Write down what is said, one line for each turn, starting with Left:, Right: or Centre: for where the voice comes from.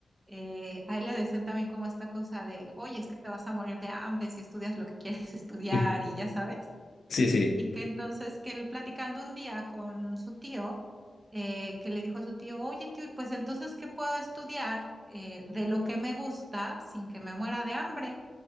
Right: eh, a él le decían también como esta cosa de, oye, es que te vas a morir de hambre si estudias lo que quieres <laughs> estudiar
Left: Ujú,
Right: y ya sabes.
Left: Sí, sí.
Right: Y que entonces que él platicando un día con su tío, eh, que le dijo a su tío, oye tío, pues entonces ¿qué puedo estudiar eh, de lo que me gusta sin que me muera de hambre?